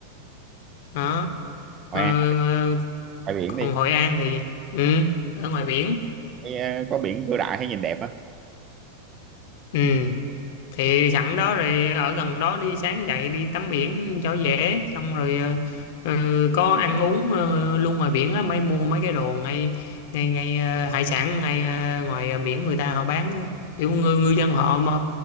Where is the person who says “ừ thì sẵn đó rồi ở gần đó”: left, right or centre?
Left